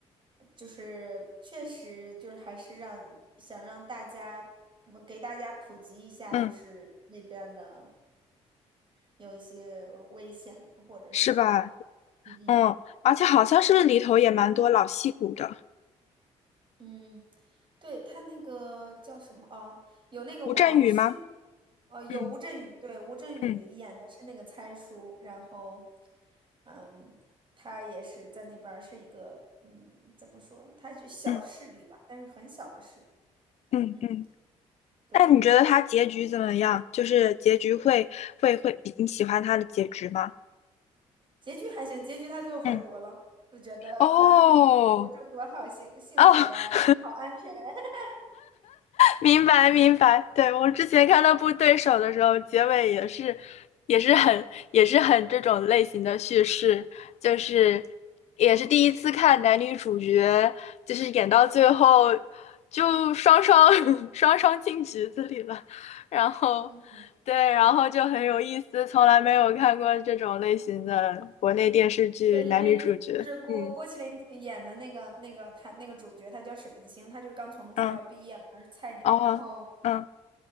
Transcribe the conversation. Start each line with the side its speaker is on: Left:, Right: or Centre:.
Right: 就是确实就是还是让想让大家，我们给大家普及一下，
Left: 嗯，
Right: 就是那边的有一些危险或者是什么吧。
Left: 是吧？
Right: 嗯嗯。
Left: 嗯，而且好像是不是里头也蛮多老戏骨的，
Right: 嗯，对，他那个叫什么？哦，有那个王迅，
Left: 吴镇宇吗？
Right: 呃，有吴镇宇，
Left: 嗯
Right: 对，吴镇宇演的是那个猜叔，
Left: 嗯
Right: 然后，嗯，他也是在那边儿是一个，嗯，怎么说？他就小势力吧，
Left: 嗯
Right: 但是很小的势力，
Left: 嗯嗯。
Right: 嗯，对，
Left: 那你觉得他结局怎么样？就是结局会会会，你喜欢他的结局吗？
Right: 结局还行，结局他就回国了，
Left: 嗯。
Right: 就觉得哎，
Left: 哦
Right: 回国中国好幸幸福呀，
Left: 哦，<laughs>
Right: 好安全，<laughs>
Left: 明白明白。对，我之前看那部《对手》的时候，结尾也是，也是很，也是很这种类型的叙事，就是也是第一次看男女主角，就是演到最后就双双 <laughs> 双双进局子里了，然后
Right: 嗯嗯嗯。
Left: 对，然后就很有意思，从来没有看过这种类型的国内电视剧男女主角。
Right: 对，因为就是郭郭麒麟演的那个那个他那个主角，
Left: 嗯
Right: 他叫沈星，他就刚从学校毕业嘛，
Left: 嗯，
Right: 他是菜鸟。
Left: 哦嗯
Right: 然后，